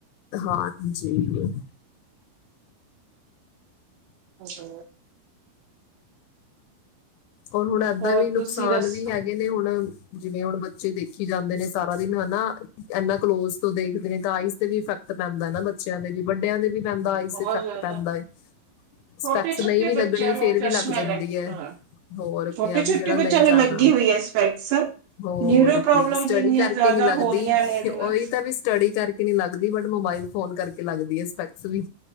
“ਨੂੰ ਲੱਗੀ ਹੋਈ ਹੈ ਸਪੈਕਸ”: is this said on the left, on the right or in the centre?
Right